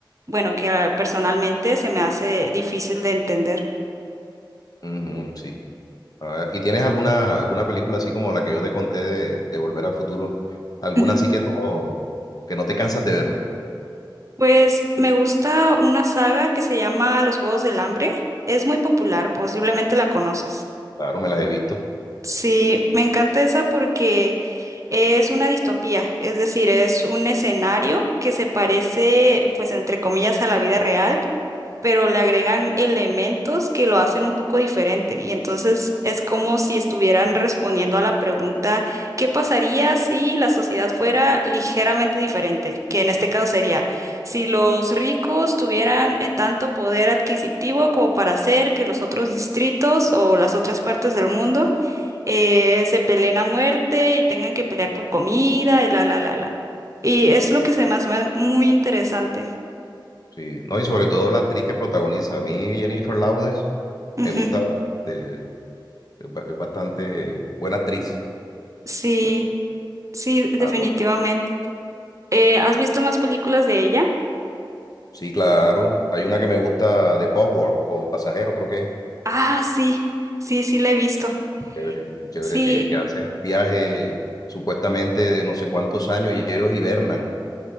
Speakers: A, on the right (about 40°); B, on the left (about 50°).
A: bueno, que ah, personalmente se me hace difícil de entender.
B: Ujú, sí. A ver, ¿y tienes alguna, alguna película así como la que yo te conté de, de Volver al Futuro? ¿Alguna
A: Ujú.
B: así que no, que no te cansas de verla?
A: Pues me gusta una saga que se llama Los Juegos del Hambre. Es muy popular, posiblemente la conoces.
B: Claro, me las he visto.
A: Sí, me encanta esa porque es una distopía, es decir, es un escenario que se parece, pues, entre comillas, a la vida real, pero le agregan elementos que lo hacen un poco diferente. Y entonces es como si estuvieran respondiendo a la pregunta, ¿qué pasaría si la sociedad fuera ligeramente diferente? Que en este caso sería, si los ricos tuvieran eh, tanto poder adquisitivo como para hacer que los otros distritos o las otras partes del mundo eh, se peleen a muerte y tengan que pelear por comida y la, la, la, la. Y
B: Sí,
A: es lo que se me hace ma- muy interesante.
B: sí. No, y sobre todo la actriz que protagoniza. A mí Jennifer Lawrence
A: <laughs>
B: me
A: Ujú.
B: gusta, este, es ba- es bastante buena actriz.
A: Sí,
B: Bueno,
A: sí, definitivamente.
B: ah,
A: Eh, ¿has visto más películas de ella?
B: Sí, claro. Hay una que me gusta de Postworld o Pasajero, creo que es.
A: Ah, sí, sí, sí, la he visto.
B: Chévere, muy chévere,
A: Sí,
B: que, que hacen viaje supuestamente de no sé cuántos años y ellos hibernan.